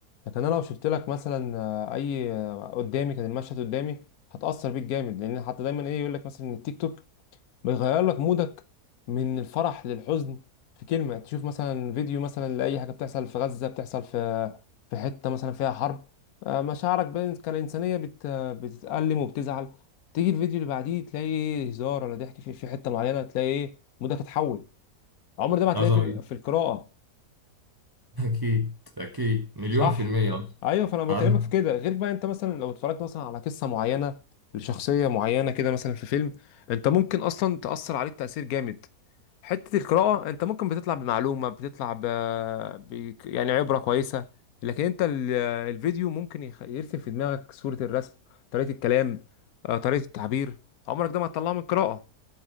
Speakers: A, on the left; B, on the right.
A: لكن انا لو شفت لك مثلا آه، اي آه، قدامي كان المشهد قدامي هتأثر بيك جامد لان حتى دايما ايه يقول لك مثلا إن التيك توك بيغير لك مودك من الفرح للحزن في كلمة تشوف مثلا فيديو مثلا لأي حاجة بتحصل في غزة بتحصل في في حتة مثلا فيها حرب آه، مشاعرك بين- كالإنسانية بت... بتتألم وبتزعل تيجي الفيديو اللي بعديه تلاقي إيه، هزار ولا ضحك في في حتة معينة تلاقي إيه، مودك اتحول عمر ده ما هتلاقيه
B: عظمة
A: في...
B: جدا
A: في القراءة
B: أكيد أكيد مليون
A: صح
B: في المية
A: ايوه فانا بكلمك
B: عظمة
A: في كده غير بقى انت مثلا لو اتفرجت مثلا على قصه معينه لشخصيه معينه كده مثلا في فيلم انت ممكن اصلا تاثر عليك تاثير جامد حته القراءه انت ممكن بتطلع بمعلومه بتطلع ب... ب... يعني عبره كويسه لكن انت ال... الفيديو ممكن يخ... يرسم في دماغك صوره الرسم طريقه الكلام آه، طريقه التعبير عمرك ده ما هتطلعه من القراءه